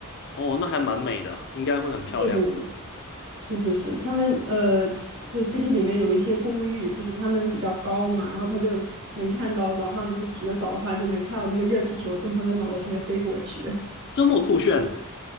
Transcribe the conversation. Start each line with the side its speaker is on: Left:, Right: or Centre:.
Left: 哦，那还蛮美的，应该会很漂亮。
Right: 对对对，是是是，他们呃，就 City 里面有一些公寓，就是他们比较高嘛，然后他就能看到早上，就是起得早的话，就能看到那个热气球从他们脑袋上面飞过去。
Left: 周末酷炫，